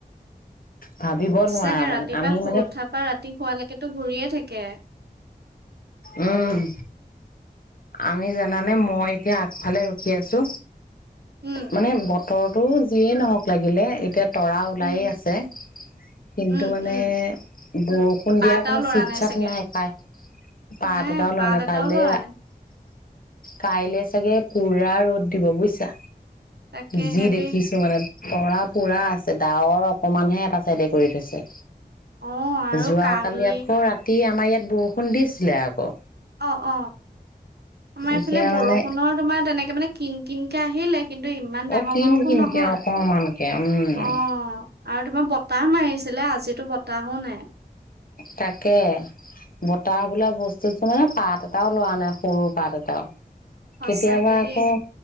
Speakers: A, on the left; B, on the right.
A: ভাবিব
B: সঁচাকে
A: নোৱাৰা মানে
B: ৰাতিপুৱা
A: আমি
B: শুই
A: মানে
B: উঠা পৰা ৰাতি শুৱা লৈকে ঘুৰিয়ে থাকে।
A: উম', আমি জানানে মই এতিয়া আগফালে ৰখি আছো।
B: উম
A: মানে বতৰ ত', যিয়েই নহওঁক লাগিলে এতিয়া তৰা ওলায়ে
B: উম
A: আছে, কিন্তু
B: উম
A: মানে
B: উম
A: বৰষুণ
B: পাত
A: দিয়াৰ
B: এটাও
A: কোনো
B: লৰা
A: চিট-চাট,
B: চাগে
A: নাই -পাই, পাত
B: নাই
A: এটাও লৰা
B: পাত
A: নাই
B: এটাও
A: কাইলে
B: লৰা নাই
A: কাইলে চাগে, পুৰা ৰ'দ দিব বুজিছা।
B: তাকে
A: যি',
B: হেদি
A: দেখিছো মানে কঁহৰা পুৰা আছে, ডাৱৰ অকমানহে এটা চাইডে কৰি থৈছে
B: অ আৰু
A: যোৱাকালি
B: কালি
A: আকৌ ৰাতি আমাৰ ইয়াত বৰষুণ দিছিলে আকৌ।
B: অ-অ। আমাৰ
A: এতিয়া
B: এইফালে বৰষুণৰ
A: মানে
B: তোমাৰ তেনেকে মানে কিন -কিনকে আহিলে কিন্তু ইমান ডাঙৰ
A: অ কিন
B: বৰষুণ
A: কিনকে
B: নহয়,
A: অকমানকে উম
B: অ', আৰু তোমাৰ বত বতাহ মাৰিছিলে, আজিতো বতাহো নাই।
A: তাকে বতাহ বোলা বস্তুতো মানে -পাত এটাও লৰা নাই, সৰু- পাত এটাও।
B: সঁচাকে
A: কেতিয়াবা আকৌ,
B: দেই।